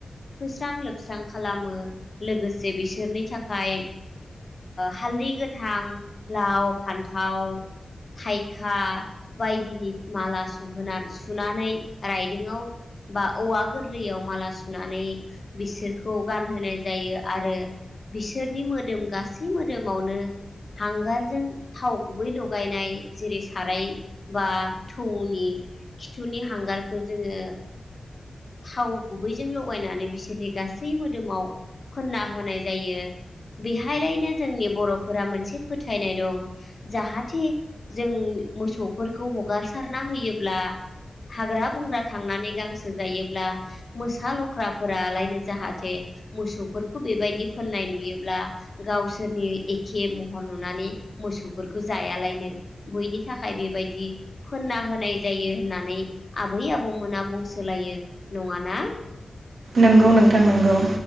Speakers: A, on the left; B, on the right.
A: थुखैस्रां लोबस्रां खालामो लोगोसे बिसोरनि थाखाय हालदै गोथां, लाव, फान्थाव, थाइखा बायदिनि माला सुनानै रायदोंङाआव बा औवा गोरलैयाव माला सुनानै बिसोरखौ गानहोनाय जायो आरो बिसोरनि मोदोम गासै मोदोमावनो हांगारजों थाव गुबै लगायनाय जेरै साराय बा थौनि खिथुनि हांगारखौ जोङो। थाव गुबैजों लगायनानै बिसोरनि गासै मोदोमाव फोनना होनाय जायो बेहाय लायनो जोंनि बर'फोरा मोनसे फोथायनाय दं जाहाथे जों मोसौफोरखौ हगार सारना होयोब्ला हाग्रा बंग्रा थांनानै गांसो जायोब्ला। मोसा लख्राफोरालायनो जाहाथे मोसौफोरखौ बेबायदि फोननाय नुयोब्ला गावसोरनि एखे महर नुनानै मोसौफोरखौ जायालायनो बैनि थाखाय बेबायदि फोनना होनाय जायो होननानै आबै आबौमोना बुंसोलायो। नङाना।
B: नोंगौ नोंथां नोंगौ।